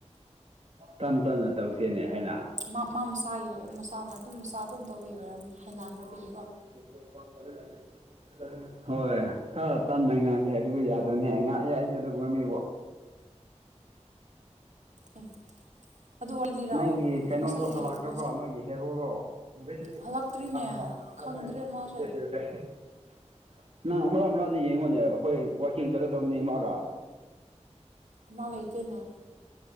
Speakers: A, on the right; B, on the right.
A: ꯇꯝ ꯇꯝꯅ ꯇꯧꯁꯦ ꯅꯦ ꯍꯥꯏꯅ
B: ꯃꯥ ꯃꯥ ꯃꯁꯥꯒꯤ ꯑꯣꯏ ꯃꯁꯥꯅ ꯑꯗꯨꯝ ꯃꯆꯥ ꯑꯗꯨꯝ ꯇꯧꯕꯤ ꯑꯣꯏꯔꯝꯅꯤ ꯍꯥꯢꯅꯈ꯭ꯔꯕꯒꯤꯀꯣ
A: <unintelligible> ꯍꯣꯏ ꯈꯔ ꯇꯞꯅ ꯉꯥꯡ ꯍꯥꯏꯕꯖꯨ ꯌꯥꯗꯣꯏꯅꯦ ꯉꯥꯛ ꯑꯩꯗꯤ ꯑꯗꯨꯒꯨꯝꯕ ꯃꯤꯕꯣ
B: ꯑꯦ ꯑꯗꯨ ꯋꯥꯔꯤ ꯂꯤꯔꯛꯑꯣ
A: ꯅꯪꯒꯤ ꯀꯩꯅꯣꯗꯣ
B: ꯉꯁꯥꯏꯒꯤ
A: ꯍꯜꯂꯛꯈ꯭ꯔꯕꯣ
B: ꯉꯁꯥꯏ
A: ꯅꯣꯏꯒꯤ ꯍꯦꯔꯣꯗꯣ <unintelligible>
B: ꯍꯜꯂꯛꯇ꯭ꯔꯤꯅꯦ ꯈꯪꯗ꯭ꯔꯦ ꯃꯥꯁꯦ
A: ꯅꯪ ꯑꯃ꯭ꯔꯥ ꯑꯃ꯭ꯔꯥꯗꯤ ꯌꯦꯡꯉꯣꯅꯦ ꯑꯈꯣꯏ ꯋꯥꯥꯀꯤꯡ ꯆꯠꯒꯗꯕꯅꯦ ꯃꯥꯒ
B: ꯃꯥ ꯂꯩꯇꯦꯅꯦ